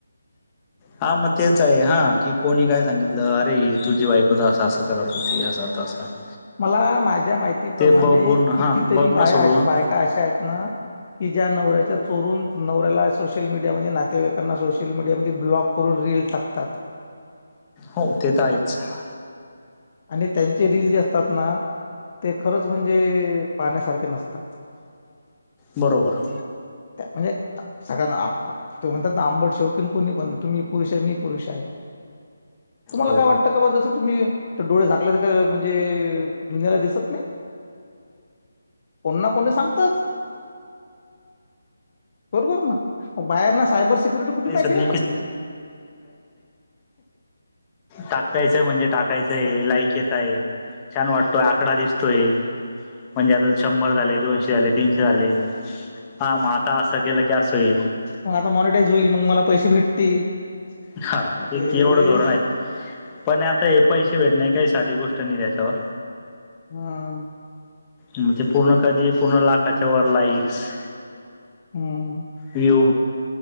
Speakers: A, on the left; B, on the left.
A: हा म <unintelligible> तेच आहे हां की कोणी काय सांगितलं अरे तुझी बाईकोच असं असं करत होती अस आता अस <unintelligible>
B: मला माझ्या माहितीप्रमाणे
A: बघून हा
B: कितीतरी
A: बघणं
B: बाया
A: सोडून
B: अशा बायका अशा आहेत ना कि ज्या नवऱ्याच्या चोरून नवऱ्याला सोशल मीडियामध्ये नातेवाईकांना सोशल मीडियामध्ये ब्लॉक करून रील टाकतात <unintelligible>
A: हो ते तर आहेच <unintelligible>
B: आणि त्यांचे रीली जे असतात ना ते खरंच म्हणजे पाहण्यासारखे नसतात
A: बरोबर <unintelligible>
B: त्या म्हणजे सगळ्यांना आप <unintelligible> ते म्हणतात आंबट शोकीन कोणी पण तुम मी पुरुष आहे मी पुरुष आहे तुम्हाला
A: हो
B: काय वाटत का बा जसं तुम्ही डोळे झाकले तर का म्हणजे धुन्याला दिसत नाही <unintelligible> कोणना कोणी सांगतच <unintelligible> बरोबर ना बाहेर ना सायबर <unintelligible> सिक्युरिटी कुठे
A: दिसत
B: माहितीय
A: नाही
B: हजू
A: टाकायचंय म्हणजे टाकायचंय लाईक येत आहे <unintelligible> छान वाटतोय आकडा दिसतोय म्हणजे आता शंभर झाले दोनशे आले तीनशे झाले हा मग आता असं केलं की असं होईल <unintelligible>
B: मग आता मॉनिटाईज होईल मग मला पैसे भेटतील <unintelligible>
A: हा
B: अरे
A: हे केवढ धोरण आहे <unintelligible> पण आता हे पैसे भेटणे काही साधी गोष्ट नाही त्याच्यावर
B: हा <unintelligible>
A: म्हणजे पूर्ण कधी पूर्ण लाखाच्या वर लाईक्स <unintelligible>
B: हम्म <unintelligible>
A: व्यू